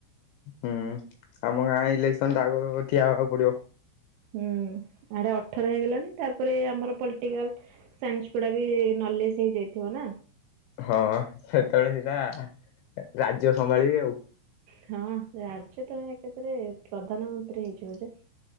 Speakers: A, on the left; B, on the right.
A: ହୁଁ ଆମ ଗାଁ ଇଲେକ୍ସନ ଟା ଆଗକୁ ଠିଆ ହେବାକୁ ପଡିବ।
B: ହୁଁ ଆଡେ ଅଠର ହେଇଗଲାଣି ତାପରେ ଆମର ପଲଟିକାଲ ସାଇନ୍ସ ଗୁଡା ବି ନଲେଜ ହେଇଯାଇଥିବ ନା।
A: ହଁ ସେତେବେଳେ ସେଇଟା ରାଜ୍ୟ ସମ୍ଭାଳିବି ଆଉ।
B: ହଁ ରାଜ୍ୟ ତ ଏକଥାରେ ପ୍ରଧାନମନ୍ତ୍ରୀ ହେଇଯିବ ଯେ।